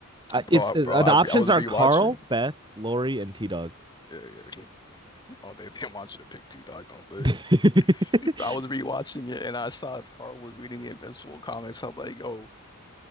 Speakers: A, on the right (about 20°); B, on the left (about 20°).
A: Uh,
B: Bro,
A: it's
B: I-
A: uh,
B: bro, I
A: the
B: re-
A: options
B: I was
A: are
B: rewatching.
A: Carl, Beth, Lori, and T-Dog.
B: Yeah, yeah. Oh, they didn't want you to pick T-Dog, don't they?
A: <laughs>
B: But I was rewatching it, and I saw if Carl was reading the Invincible comics. I'm like, yo,